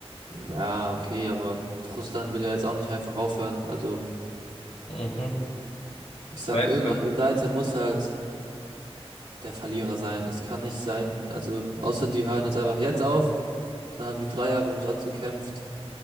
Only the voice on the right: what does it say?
Ja, okay, aber Russland will ja jetzt auch nicht einfach aufhören. Also
ich sag,
irgendeine
Seite muss halt der Verlierer sein. Es kann nicht sein, also außer die hören jetzt einfach jetzt auf, dann haben die drei Jahre umsonst gekämpft.